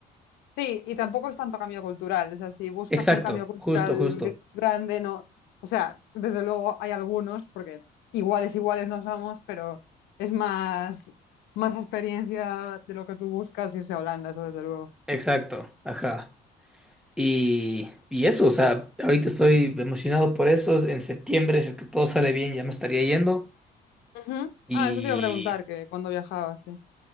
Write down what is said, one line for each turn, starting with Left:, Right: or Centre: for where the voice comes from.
Left: Sí, y tampoco es tanto cambio cultural. O sea, si buscas
Centre: Exacto,
Left: un cambio cultural
Centre: justo, justo.
Left: gr- grande, no. O sea, desde luego hay algunos, porque iguales, iguales no somos, pero es más, más experiencia de lo que tú buscas irse a Holanda, eso desde luego.
Centre: Exacto, ajá. Y, y eso, o sea, ahorita estoy emocionado por eso. En septiembre, si es que todo sale bien, ya me estaría yendo.
Left: Ujú.
Centre: y
Left: Ah, eso te iba a preguntar, que cuando viajabas, sí.